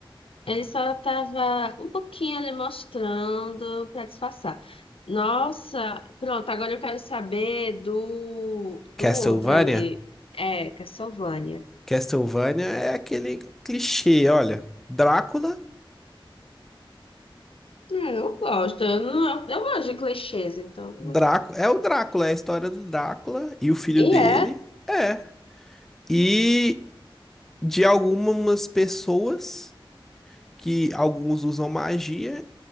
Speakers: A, on the left; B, in the centre.
A: Ele só estava um pouquinho ali mostrando para disfarçar. Nossa, pronto, agora eu quero saber do, do
B: Castlevania?
A: outro ali. É, Castlevania.
B: Castlevania é aquele clichê, olha. Drácula,
A: É, eu gosto, eu, não, eu gosto de clichês, então.
B: Drácula, é o Drácula, é a história do Drácula e o filho dele.
A: E é.
B: É. E de algumas pessoas que alguns usam magia